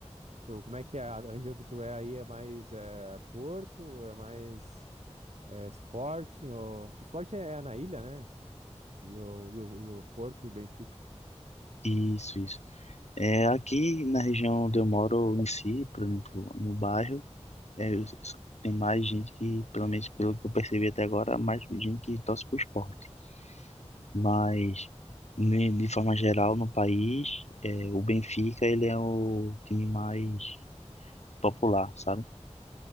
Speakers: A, on the right; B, on the left.
A: Tu, como é que é? A região que tu é aí é mais é, Porto, é mais é, Sporting, ou... Sporting é é na ilha, né? E o, e o, e o Porto e o Benfica.
B: Isso, isso. É, aqui na região onde eu moro em si, por exemplo, no bairro, é, eu- tem mais gente que, pelo menos pelo que eu percebi até agora, mais gente que torce pro esporte. Mas, ne- de forma geral, no país, é, o Benfica ele é o time mais popular, sabe?